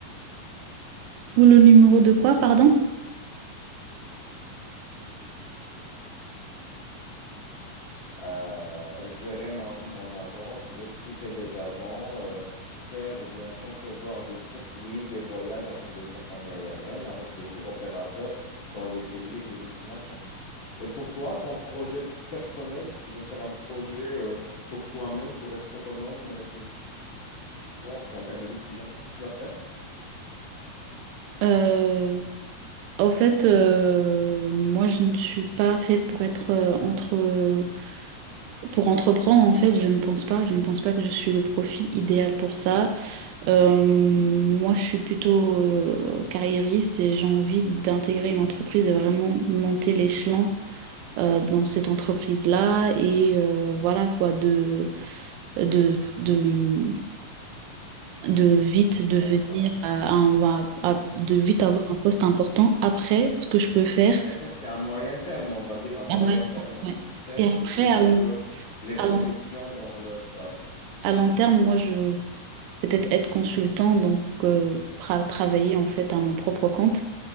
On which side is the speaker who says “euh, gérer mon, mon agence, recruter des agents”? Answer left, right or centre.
Left